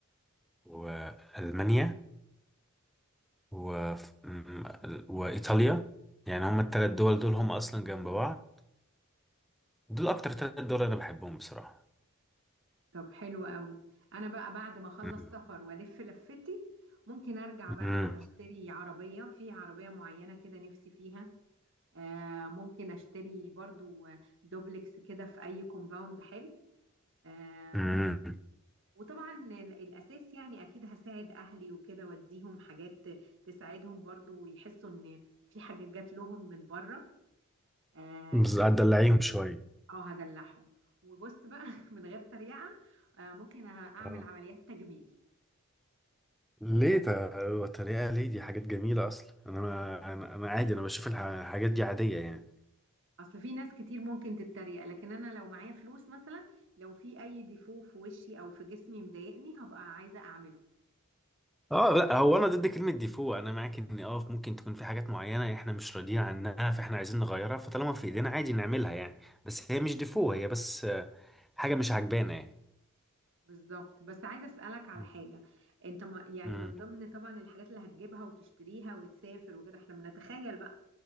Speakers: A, in the centre; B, on the right (about 60°).
A: والمانيا و... م- وإيطاليا يعني هما التلات دول دول هما أصلا جنب بعض دول أكتر تلات دول أنا بحبهم بصراحة
B: طب حلو قوي انا بقى بعد ما اخلص
A: مم.
B: سفر والف لفتي ممكن ارجع بقى
A: مم.
B: اشتري عربية في عربية معينة كده نفسي فيها آه ممكن اشتري برضو دوبلكس كده في اي كومباوند حلو آه
A: مم.
B: وطبعا ال- الاساس يعني اكيد هساعد اهلي وكده واديهم حاجات تساعدهم برضو ويحسوا ان في حاجة جات لهم من بره اه
A: بس هتدلعيهم شوية
B: آه، هدلعهم وبص بقى <laughs> من غير تريقة آه ممكن اعمل
A: آه.
B: عمليات تجميل
A: ليه ت- تريقة ليه دي حاجات جميلة أصلا أنا ما أنا أنا عادي أنا بشوف الح- الحاجات دي عادية يعني
B: اصل في ناس كتير ممكن تتريق لكن انا لو معايا فلوس مثلا لو في اي ديفو في وشي او في جسمي مضايقني هبقى عايزه اعمله
A: اه لا هو انا ضد كلمه ديفو انا معاك ان اه ممكن تكون في حاجات معينه احنا مش راضيين عنها فاحنا عايزين نغيرها فطالما في ايدينا عادي نعملها يعني بس هي مش ديفو هي بس حاجة مش عجبانة يعني
B: بالظبط بس عايزه اسالك على
A: مم.
B: حاجه انت ما يعني
A: امم
B: من ضمن طبعا الحاجات اللي هتجيبها وتشتريها وتسافر وكده احنا بنتخيل بقى